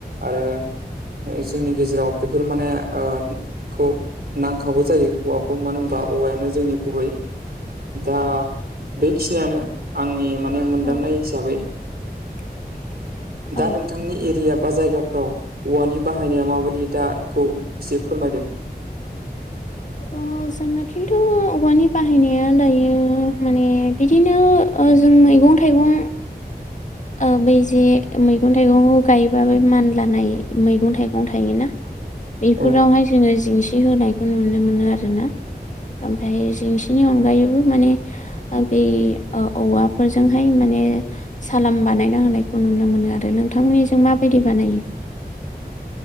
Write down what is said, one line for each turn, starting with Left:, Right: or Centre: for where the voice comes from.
Right: आरो जोंनि गेजेराव बेफोर माने ओ खौ नांखाबो जायो हौवाखौ मानो होन बा औवायानो जोंनि गुबै दा बेखिनियानो आंनि माने मोनदांनाय
Left: औ
Right: हिसाबै
Left: <inaudible> औ
Right: दा नोंथां नोंथांनि एरिया बा जायगाफ्राव औवानि बाहायनाया माबायदि दा बेखौ एसे फोरमायदो
Left: अ जोंना खिन्थु औवानि बाहायनाया दायो माने बिदिनो ओ जों मैगं थाइगं ओ बै जे मैगं थाइगंखौ गायोबा बे मानलानाय मैगं थाइगं थायोना बेफोरावहाय
Right: औ
Left: जोङो जेंसि होनायखौ नुनो मोनो आरोना ओमफ्राय जेंसिनि अनगायैबो माने बे औ औवाफोरजोंहाय माने सालाम बानायना होनायखौ नुनो मोनो आरो नोंथांमोननिजों माबायदि बानायो